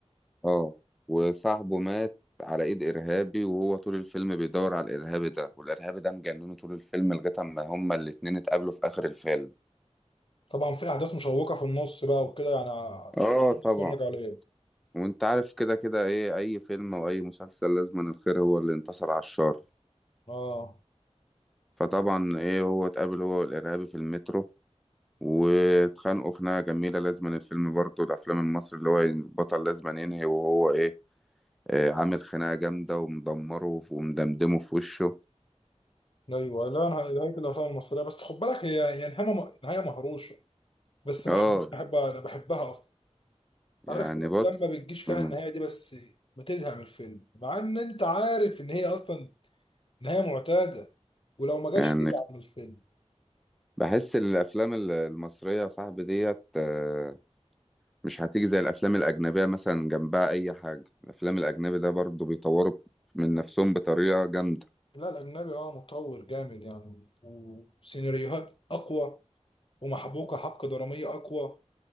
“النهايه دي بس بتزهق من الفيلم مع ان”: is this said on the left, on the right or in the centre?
Left